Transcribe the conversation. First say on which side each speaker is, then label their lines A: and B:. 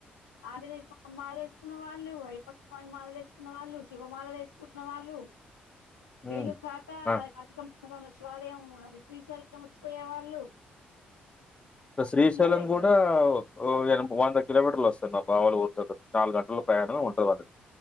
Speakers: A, on the left; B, on the left.
A: ఆంజనేయ స్వామి మాల ఏసుకున్న వాళ్ళు అయ్యప్ప స్వామి మాలలు ఏసుకున్న వాళ్ళు శివమాలలు ఏసుకున్న వాళ్ళు
B: హ్మ్.
A: వీళ్ళు కాకా
B: ఆ!
A: కార్తీకం సుకంలో శివాలయం అది శ్రీశైలం వచ్చిపోయే వాళ్ళు
B: ఇగ శ్రీశైలం
A: ఫుల్లుగా అయితారు
B: గూడా ఓ ఇగ వంద కిలోమీటర్లు వస్తది మా బావోలు పోతురు నాలుగు గంటల్లో ప్రయాణం ఉంటది వాళ్ళకి